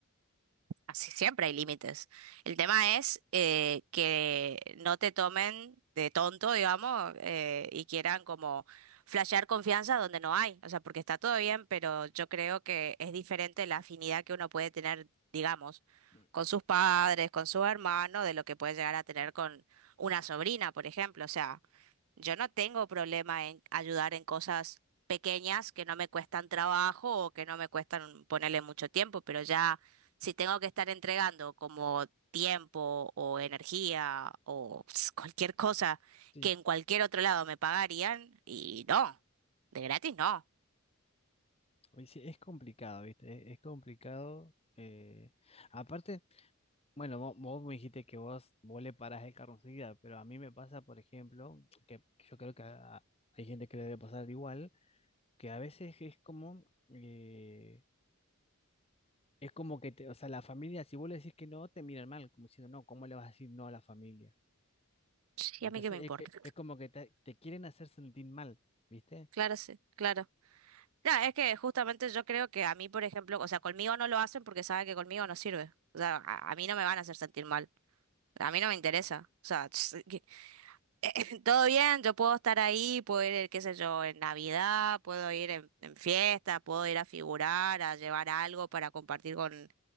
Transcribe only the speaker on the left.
Mm.
sí
Pues sí, es complicado, ¿viste? Es, es complicado. eh, aparte, bueno, vo- vos, me dijiste que vos, vos le parás el carro enseguida, pero a mí me pasa, por ejemplo, que yo creo que a- hay gente que le debe pasar igual, que a veces es como, eh, es como que, te- o sea, la familia, si vos le decís que no, te miran mal, como diciendo, no, ¿cómo le vas a decir no a la familia?
Entonces,
es, es- es como que te, te quieren hacer sentir mal, ¿viste?